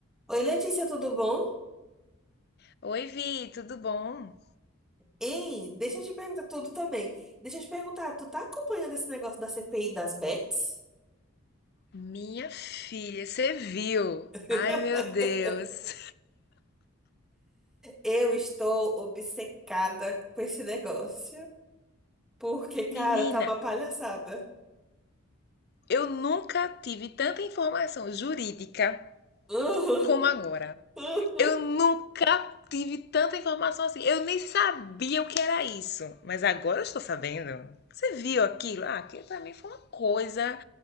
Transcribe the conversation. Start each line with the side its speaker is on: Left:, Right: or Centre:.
Centre: Oi, Letícia, tudo bom?
Left: Oi, Vi, tudo bom?
Centre: Ei, deixa eu te perguntar tudo também. Deixa eu te perguntar, tu tá acompanhando esse negócio da CPI das bets?
Left: Minha filha, você viu?
Centre: <laughs>
Left: Ai, meu Deus.
Centre: Eu estou obcecada com esse negócio, porque, cara,
Left: Menina,
Centre: tá uma palhaçada. <laughs>
Left: eu nunca tive tanta informação jurídica
Centre: Uhum,
Left: como agora.
Centre: uhum.
Left: Eu nunca tive tanta informação assim. Eu nem sabia o que era isso, mas agora eu estou sabendo. Você viu aquilo? Ah, aquilo pra mim foi uma coisa